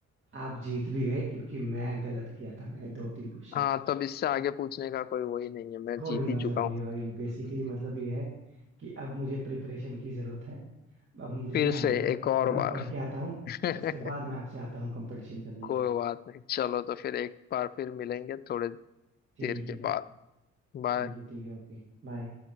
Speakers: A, on the right; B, on the left.
A: आप जीत भी गए क्योंकि मैं गलत किया था मैंने दो तीन क्वेश्चंस
B: हाँ तब इससे आगे पूछने का कोई वही नहीं है मैं
A: कोई
B: जीत
A: मतलब
B: ही चुका
A: नहीं
B: हूँ
A: है भाई बेसिकली मतलब ये है कि अब मुझे प्रिपरेशन की जरूरत है अब
B: <laughs>
A: मुझे
B: फिर
A: ना
B: से
A: मतलब
B: एक और
A: थोड़ा
B: बार
A: पढ़ के आता हूँ
B: <laughs>
A: उसके बाद मैं आपसे आता हूँ कंपटीशन करने
B: कोई बात नहीं चलो तो फिर एक बार फिर मिलेंगे थोड़े
A: ठीक
B: देर के
A: है
B: बाद बाय
A: ठीक है ठीक है ओके बाय